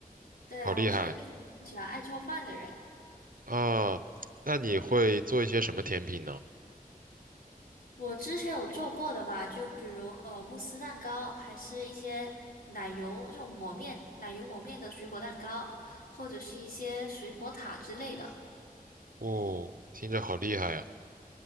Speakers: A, on the left; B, on the right.
A: 对，
B: 好厉害
A: 我是一个喜欢爱做饭的人，
B: 啊！那你会做一些什么甜品呢？
A: 我之前有做过的吧，就比如呃慕斯蛋糕，还是一些奶油这种抹面、奶油抹面的水果蛋糕，或者是一些水果塔之类的。
B: 哦，听着好厉害呀！